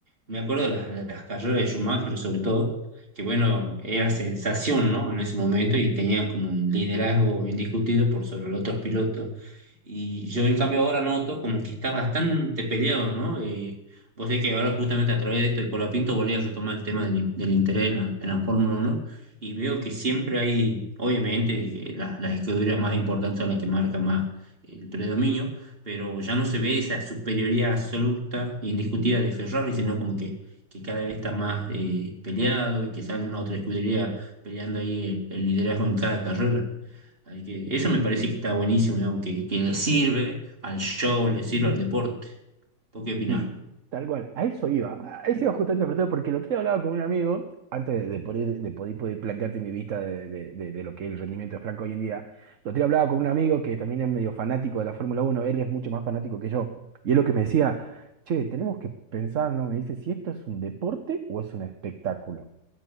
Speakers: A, on the right; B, on the right.
A: me acuerdo de las, de las carreras de Schumacher, sobre todo, que bueno, era sensación, ¿no? En ese momento y tenían como un liderazgo indiscutido por sobre los otros pilotos. Y yo en cambio ahora noto como que está bastante peleado, ¿no? Eh, vos sabés que ahora justamente a través de esto de Colapinto volví a retomar el tema del, del interés en la, en la Fórmula uno y veo que siempre hay, obviamente, que las, las escuderías más importantes son las que marcan más el predominio, pero ya no se ve esa superioridad absoluta e indiscutida de Ferrari, sino como que, que cada vez está más eh, peleado y que salen las otras escuderías peleando ahí el el liderazgo en cada carrera. Así que eso me parece que está buenísimo, digamos, que, que le sirve al show, le sirve al deporte. ¿Vos qué opinás?
B: Sí, tal cual. A eso iba. A eso iba justamente a preguntar, porque el otro día hablaba con un amigo, antes de, de poder, de poder, poder plantearte mi vista de, de- de- de lo que es el rendimiento de Franco hoy en día. El otro día hablaba con un amigo que también es medio fanático de la Fórmula Uno él es mucho más fanático que yo. Y es lo que me decía, che, tenemos que pensar, ¿no? Me dice, si esto es un deporte o es un espectáculo.